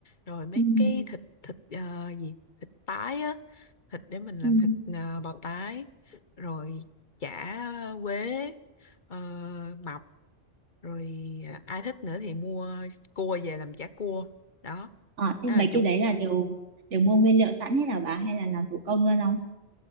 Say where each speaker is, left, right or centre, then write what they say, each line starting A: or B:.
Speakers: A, on the left; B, on the right.
A: rồi mấy
B: ừ
A: cái thịt thịt ờ, gì thịt tái á thịt để mình làm
B: ừ
A: thịt ờ, bò tái rồi chả quế ờ, mọc rồi ờ, ai thích nữa thì mua cua về làm chả cua đó
B: ờ, thế
A: đó
B: mấy
A: là chuẩn
B: cái đấy là đều đều mua nguyên liệu sẵn hết là bà hay là làm thủ công luôn không